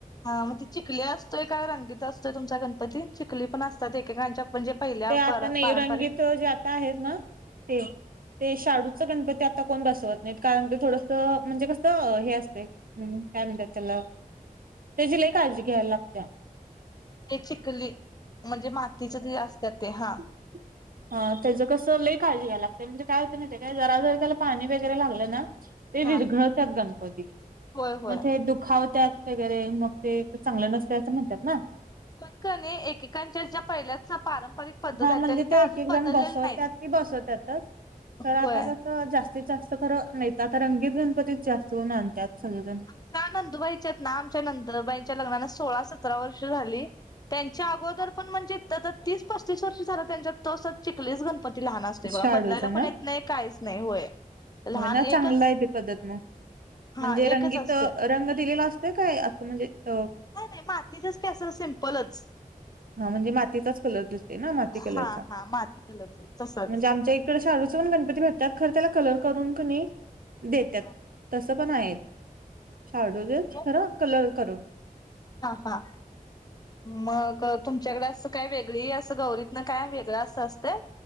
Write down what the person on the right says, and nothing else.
ते आता
नाही
रंगीत जे आता आहेत ना ते ते शाडूच गणपती आता कोण बसवत नाहीत कारण ते थोडसं म्हणजे कसं हे असतय हम्म काय म्हणत्यात त्याला त्याची लई काळजी घ्यायला लागत्या
<inaudible> ह त्याच कसं लई काळजी घ्यावी लागते म्हणजे काय होत नाही ते काय जरा जरी त्याला पाणी वगैरे लागलं ना ते विरघळतात
गणपती
मग ते दुखावत्यात वगैरे मग ते चांगलं नसतय असं म्हणतात ना
हा
म्हणजे
ते
एक
एक
जण बसवत्यात
ती बसवत्यातच
तर आता कसं तर जास्तीत जास्त खरं नाही आता रंगीत गणपतीच जास्त करून आणतात सगळेजण
शाडूचा
मग ना
चांगलं आहे ते पद्धत मग
म्हणजे रंगीत
तो रंग दिलेला असतोय काय असं म्हणजे तो
हा म्हणजे मातीचाच कलर दिसतोय ना माती कलरचा
म्हणजे आमच्या इक डे शाडूचे पण गणपती भेटतात खर त्याला कलर करून क नाही देत्यात
तस पण आहेत
शाडूचं
खरं कलर करून